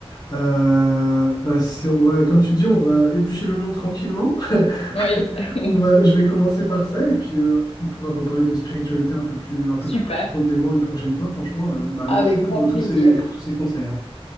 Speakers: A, on the left; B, on the left.
A: Euh, bah, c'est- on va, comme tu dis, on va éplucher l'oignon tranquillement. <laughs>
B: Oui, <laughs>
A: On va, je vais commencer par ça et puis euh, on pourra reparler de spiritualité un peu plus, un peu
B: super.
A: plus profondément une prochaine fois. Franchement, euh, bah,
B: Avec
A: merci pour
B: grand plaisir.
A: toutes ces, pour tous ces conseils. hein.